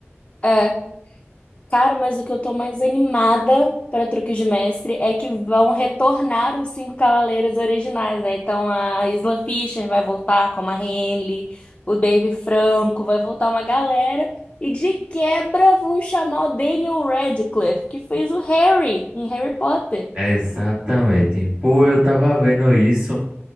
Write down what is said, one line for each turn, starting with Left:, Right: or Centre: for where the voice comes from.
Left: É. Cara, mas o que eu tô mais animada para Truques de Mestre é que vão retornar os cinco cavaleiros originais, né? Então a Isla Fisher vai voltar como a Henley, o Dave Franco, vai voltar uma galera. E de quebra vão chamar o Daniel Radcliffe, que fez o Harry em Harry Potter.
Right: Exatamente. Pô, eu tava vendo isso